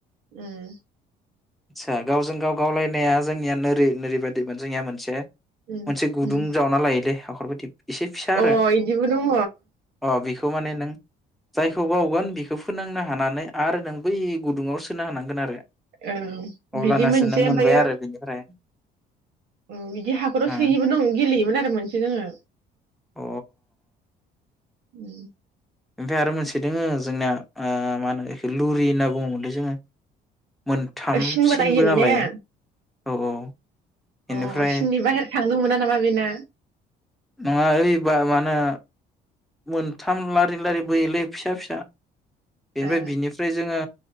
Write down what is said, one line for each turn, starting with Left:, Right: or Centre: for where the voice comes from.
Right: उम
Centre: आतसा गावजों गाव गावलायनाया जोंनिया नोरै नोरै बायदिमोन जोंनिया मोनसे
Right: उम
Centre: मोनसे गुदुं
Right: उम
Centre: जावना लायोलै हाखर बायदि एसे फिसा
Right: अ
Centre: आरो
Right: इदिबो दङ
Centre: अ बेखौ माने नों जायखौ बावगोन बेखौ फोनांनो हानानै आरो नों बै गुदुङाव सोनो हानांगोन आरो
Right: औ
Centre: अब्लानासो
Right: बिदि मोनसेै
Centre: नों मोनबाय
Right: ओमफायो
Centre: आरो बेनिफ्राय
Right: ओ बिदि हाखराव
Centre: अ
Right: सोयो बो नों दं गेलेयोमोन आरो मोनसे जोङो
Centre: अ
Right: उम
Centre: ओमफाय आरो मोनसे दोङो जोंनाया ओ मा होनो एखो लुरि होनना बुङोम मोनलै जोङो मोनथाम
Right: ओ सिन बोनाय
Centre: सिनबो
Right: गेलेनाया
Centre: नालाय औ औ बेनिफ्राय
Right: अ सिननि बाहेर थांनो मोना नामा बेना
Centre: नङा ओइ बा मा होनो मोनथाम लारि लारि बोयोलै फिसा फिसा बेनिफ्राय
Right: ए
Centre: बिनिफ्राय जोङो